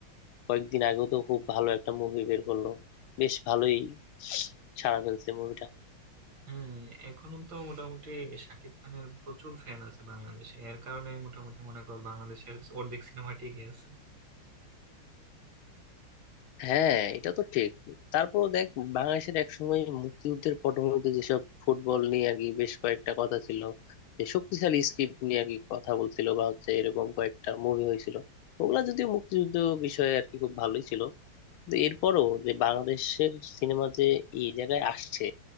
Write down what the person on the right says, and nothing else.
হ্যাঁ এখন তো মোটামুটি শাকিব খানের প্রচুর ফ্যান আছে বাংলাদেশে এর কারণে মোটামুটি মনে কর বাংলাদেশের অর্ধেক সিনেমা টিকে আছে